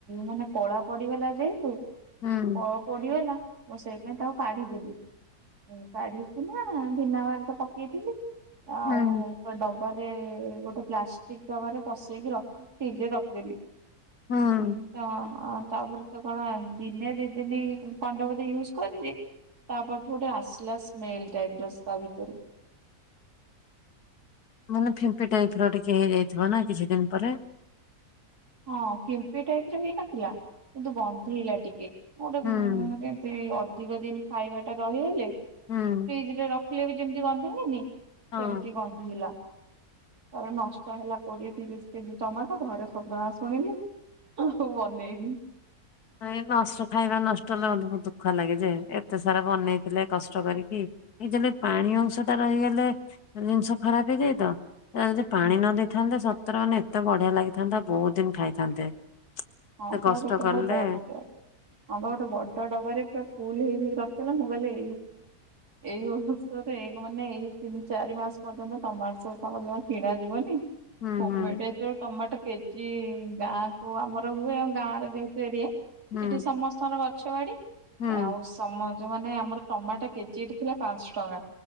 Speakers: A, on the right; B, on the left.
A: ମାନେ କଳା ପଡିଗ ଲା ଯେହେତୁ
B: ହୁଁ
A: କଳ ପୋଡିଗଲା ମୁଁ ସେଇ ଥି ପାଇଁ ତାକୁ କାଢିଦେଲି। କାଢିକିନା ଭିନା ଗାର ତ ପକେଇଥିଲି ଆଉ
B: ହୁଁ
A: ଡବାରେ ଗୋଟେ ପ୍ଲାଷ୍ଟିକ ଡବାରେ ପସେଇକି ରଖ ଫିର୍ଇଜ୍ ରଖିଦେଲି।
B: ହୁଁ
A: ସେଟ ଅ ତାପରେ ତ କଣ ଦିନେ ଦି ଦିନି କଁଣ୍ଟେ ଗୋଟେ ୟୁଜ କରିଚି ତାପରଠୁ ଗୋଟେ ଆସିଲା ସ୍ମେଲ ଟାଇପିର ସ୍ ତା ଭିତରୁ।
B: ମାନେ ଫିମ୍ପି ଟାଇପ ର ଟିକେ ହେଇଯାଇଥିବ ନା କିଛି ଦିନି ପରେ।
A: ହଁ ଫମ୍ପି ଟାଇପିରେ ହେଇନଥିଲା କିନ୍ତୁ ଗନ୍ଧେଇଲା ଟିକେ ଗୋଟେ
B: ହୁଁ
A: ଗୁଁ ସେ ଅଧିକ ଦିନି ଖାଇବା ଟା ରହିହଲେ ଫ୍ରିଜି
B: ହୁଁ
A: ରେ ରଖିଲେ ବି ଯେମିତି ଗନ୍ଧାଏ ନି
B: ହଁ
A: ସେମିତି ଗନ୍ଧେଇଲା ତାପରେ ନଷ୍ଟ ହେଲା କୋଡିଏ ତିରିଶ କେଜି ଟମାଟ ଘରେ ସଦଣା ଶୁଣିଲି ଆଉ ବନେଇଲି।
B: ନା ଇଁ ନଷ୍ଟ ଖାଇବା ନଷ୍ଟ ହେଲେ ମୋତେ ଦୁଃଖ ଲାଗେ ଯେ ଏତେ ସାରା ବନେଇଥିଲେ କଷ୍ଟ କରିକି। ଏତଲେ ପାଣି ଅଂଶ ଟା ରହିଗଲେ ଜିନିଷ ଖରାପ୍ ହେଇଯାଇଏ ତ ଯଦି ପାଣି
A: ହୁଁ
B: ନ ଦେଇେଥାନ୍ତେ ସତର ମାନେ ଏତେ ବଢିଆ ଲାଗିଥାନ୍ତା ବୋହୁତ ଦିନି ଖାଇଥାନ୍ତେ।
A: ହଁ
B: ଏତେ
A: ପୁରା
B: କଷ୍ଟ
A: ଗୋଟେ
B: କଲେ
A: ମୋର ବଡ ହଁ ଗୋଟେ ବଡ ଡବାରେ ପୁରା ଫୁଲ ହେଇକି ର ଚଲ ମୁଁ କଇଲି ଏଇ ବର୍ଷରେ ଏଗୁ ମାନେ ଏଇ ତିନି ଚାରି ମାସ ପର୍ଯ୍ୟନ୍ତ ଟମାଟୋ ସୋସା ତମର କଣ କିଣ ଯିବନି।
B: ହୁଁ
A: କୁମେଟ
B: ହୁଁ
A: ଏଯେଉ ଟମାଟୋ କେଜି ଗାଁ କୁ ଆମର ଘର ହୁଏ ଆ ଗାଁର ଯେହେତୁ ଏରିଆ
B: ହୁଁ
A: ଏଠି ସମସ୍ତଙ୍କ ଗଛ ବାଡି
B: ହୁଁ
A: ଆଉ ସମ ଯଉ ମାନେ ଆମର ଟମାଟୋ କେଜି ଏଠି ଥିଲା ପାଂସ ଟଙ୍କା।